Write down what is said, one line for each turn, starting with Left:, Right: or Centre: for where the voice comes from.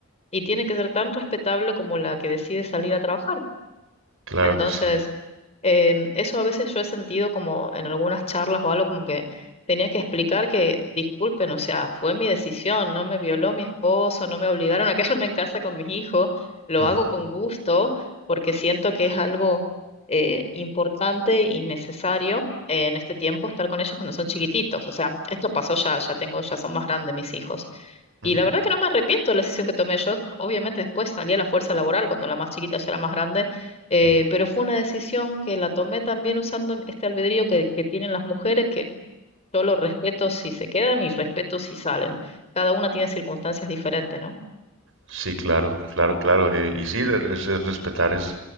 Left: y tiene que ser tan respetable como la que decide salir a trabajar.
Right: claro
Left: Entonces,
Right: que sí.
Left: em, eso a veces yo he sentido como en algunas charlas o algo como que tenía que explicar que, disculpen, o sea, fue mi decisión, no me violó mi esposo, no me obligaron a <laughs> quedarme en casa con mis hijos, lo
Right: Ujú,
Left: hago con gusto porque siento que es algo eh, importante y necesario eh, en este tiempo estar con ellos cuando son chiquititos. O sea, esto pasó ya, ya tengo, ya son más grandes mis hijos
Right: ujú,
Left: y la verdad que no me arrepiento de la decisión que tomé. Yo, obviamente, después salí a la fuerza laboral cuando la más chiquita ya era más grande, eh,
Right: ujú.
Left: pero fue una decisión que la tomé también usando este albedrío que, que tienen las mujeres, que yo lo respeto si se quedan y respeto si salen. Cada una tiene circunstancias diferentes, ¿no?
Right: Sí, claro, claro, claro. eh, y sí, de- es, es respetar es,